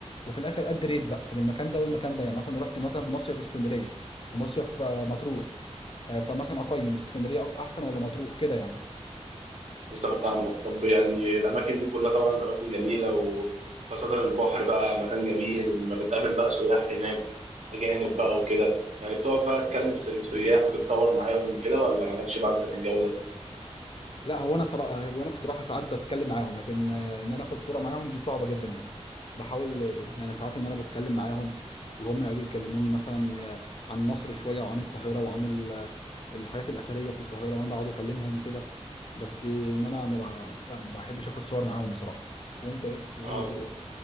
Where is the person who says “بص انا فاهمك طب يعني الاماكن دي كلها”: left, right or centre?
Right